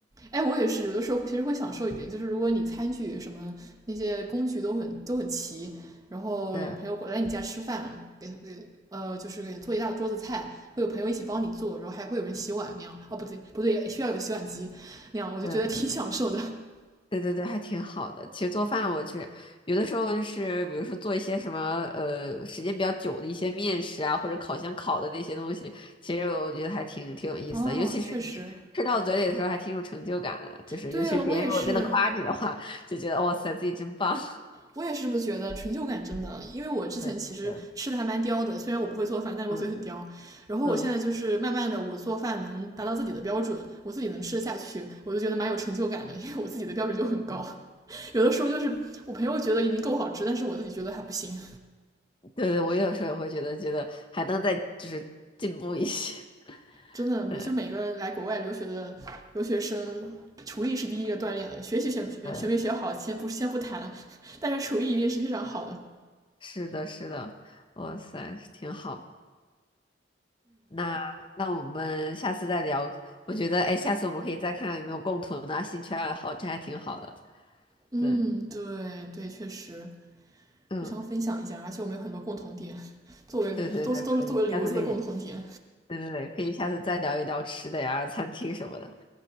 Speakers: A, on the right; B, on the left.
A: 哎，我也是，有的时候其实会享受一点，就是如果你餐具什么那些工具都很都很齐，然后有朋友来你家吃饭，
B: <laughs> 对
A: 给给呃就是给做一大桌子菜，会有朋友一起帮你做，然后还会有人洗碗那样。哦，不对不对，需要有洗碗机那样，我就觉得挺享受的。
B: 对对对对，还挺好的。其实做饭我去有的时候就是比如说做一些什么呃时间比较久的一些面食啊，或者烤箱烤的那些东西，其实我觉得还挺挺有意思的，
A: <laughs> 哦，
B: 尤其是你吃到嘴里的时候还挺有成就感的，
A: 确实，
B: 就是尤其是别人如果真的夸你的话，
A: 对我也是。
B: 就觉得哇塞自己真棒，
A: 我也是这么觉得，成就感真的，因为我之前其实吃的还蛮刁的，
B: <laughs> 对对对，
A: 虽然我不会做饭，但是我嘴很刁。
B: 嗯
A: 然后我现在就是慢慢的，
B: 嗯。
A: 我做饭能达到自己的标准，我自己能吃得下去，我就觉得蛮有成就感的，因为我自己的标准就很高。
B: 是吧
A: 有的时候就是我朋友觉得已经够好吃，但是我自己觉得还不行。
B: <laughs> 对对，我有时候也会觉得，觉得还能再就是进步一些。
A: 真的，
B: <laughs>
A: 每就每个来国外留学的留学生，
B: 对
A: 厨艺是第一个锻炼的，学习学没学没学好，
B: 对，
A: 先不先不谈，<laughs> 但是厨艺一定是非常好的。
B: 是的，是的，哇塞，挺好。那那我们下次再聊。我觉得，哎，下次我们可以再看看有没有共同的兴趣爱好，这还挺好的。
A: 嗯，
B: 对，
A: 对对，确实。
B: 嗯，
A: 互相分享一下，而且我们有很多共同点，<laughs> 作为都是都是作为留子的共同点，
B: 对对对，可以，下次可以，对对对，可以下次再聊一聊吃的呀、餐厅什么的，